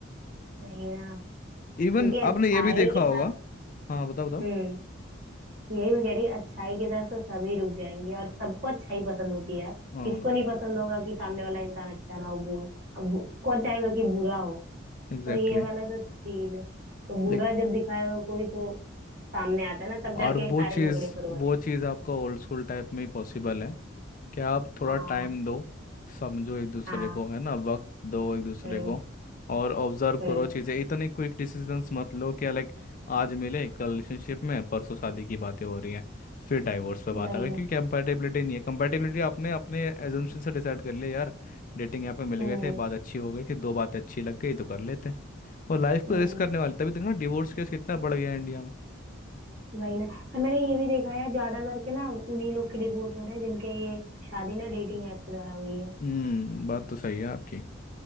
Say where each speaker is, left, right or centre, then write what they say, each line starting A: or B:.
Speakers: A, on the right (about 50°); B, on the left (about 40°).
A: वही ना
B: इवन
A: क्योंकि
B: आपने
A: अच्छाई
B: ये भी देखा
A: के
B: होगा
A: साथ
B: हाँ बताओ बताओ
A: हम्म यही मैं कह रही अच्छाई के साथ तो सभी रुक जाएंगे और सबको अच्छाई पसंद होती है यार
B: हाँ
A: किसको नहीं पसंद होगा कि सामने वाला इंसान अच्छा ना हो बु, अब बु, कौन चाहेगा कि बुरा हो
B: एग्जैक्टली
A: तो ये वाला तो सीन है तो बुरा
B: लेकिन
A: जब दिखाएगा कोई तो सामने आता है ना तब
B: और
A: जाके
B: वो
A: सारे
B: चीज़
A: झगड़े शुरू होते
B: वो चीज़ आपका ओल्ड स्कूल टाइप में ही पॉसिबल है कि आप
A: हैं
B: थोड़ा
A: हाँ
B: टाइम दो समझो एक दूसरे
A: हाँ
B: को है ना वक्त दो एक दूसरे
A: हम्म
B: को और ऑब्जर्व
A: हम्म
B: करो चीज़ें इतने क्विक डिसीजंस मत लो कि लाइक आज मिले कल रिलेशनशिप में परसों शादी की बातें हो रही हैं फिर डाइवोर्स पे बात
A: वही
B: आ गई
A: ना
B: क्योंकि कंपैटिबिलिटी नहीं है कंपैटिबिलिटी आपने अपने एजम्पशन से डिसाइड कर लिया यार डेटिंग ऐप में मिल
A: हम्म
B: गए थे बात अच्छी हो गई थी दो बातें अच्छी लग गई तो कर लेते और लाइफ को
A: हम्म
B: रिस्क करने वाले तभी देखो डिवोर्स केस कितना बढ़ गया है इंडिया में
A: वही ना और मैंने ये भी देखा है ज्यादा करके ना उन्हीं लोग के डिवोर्स हो रहे हैं जिनके ये शादी ना डेटिंग ऐप के द्वारा हुई है
B: हम्म बात तो सही है आपकी